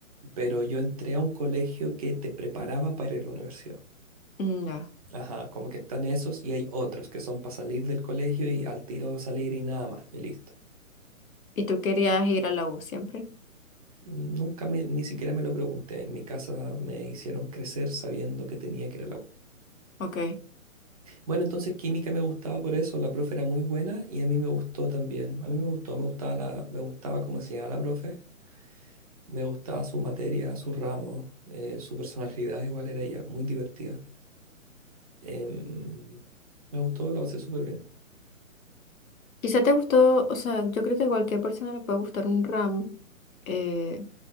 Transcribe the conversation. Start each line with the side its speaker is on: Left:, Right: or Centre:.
Right: Pero yo entré a un colegio que te preparaba para ir a la universidad.
Left: Mm, Ya.
Right: Ajá, como que están esos y hay otros que son para salir del colegio y al tiro salir y nada más, y listo.
Left: ¿Y tú querías ir a la U siempre?
Right: Nunca me, ni siquiera me lo pregunté. En mi casa me hicieron crecer sabiendo que tenía que ir al agua.
Left: Ok.
Right: Bueno, entonces química me gustaba por eso. La profe era muy buena y a mí me gustó también. A mí me gustó, me gustaba la, me gustaba cómo enseñaba la profe. Me gustaba su materia, su ramo, eh, su personalidad. Igual era ella muy divertida. Em, me gustó, la pasé súper bien.
Left: Quizá te gustó, o sea, yo creo que a cualquier persona le puede gustar un ramo, eh,